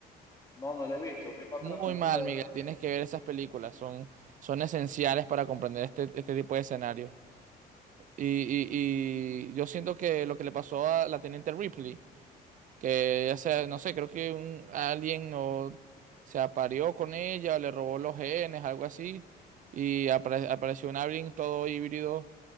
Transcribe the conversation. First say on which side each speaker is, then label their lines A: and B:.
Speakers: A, on the left; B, on the right.
A: No, no lo he visto. ¿Qué pasa
B: Muy
A: en la película
B: mal,
A: de
B: Miguel.
A: Alien?
B: Tienes que ver esas películas. Son, son esenciales para comprender este, este tipo de escenarios. Y, y- y yo siento que lo que le pasó a la teniente Ripley, que ya sea, no sé, creo que un alien o se apareó con ella, o le robó los genes, algo así, y apare- apareció un alien todo híbrido.